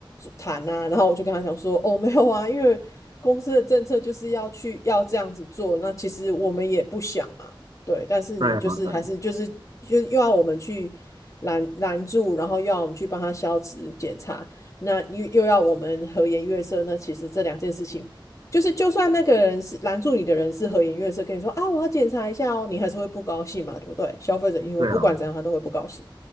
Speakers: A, on the left; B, on the right.
A: 谈啊，然后我就跟他讲说，哦，没有啊，因为公司的政策就是要去要这样子做，那其实我们也不想嘛，对，但是你就是还是就是就是又要我们去拦拦住，
B: 对啊对啊
A: 然后又要我们去帮他消磁检查，那又又要我们和颜悦色，那其实这两件事情。就是就算那个人是拦住你的人是和颜悦色跟你说啊，我要检查一下哦，你还是会不高兴嘛，对不对？消费者因为不管怎样他都会不高兴。
B: 对啊